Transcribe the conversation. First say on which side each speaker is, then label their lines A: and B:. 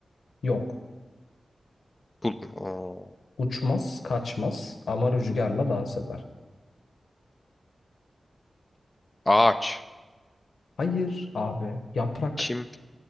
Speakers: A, on the left; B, on the left.
A: Yok.
B: Bul Oo.
A: Uçmaz kaçmaz ama rüzgarla dans eder.
B: Ağaç.
A: Hayır abi. Yaprak.
B: Kim?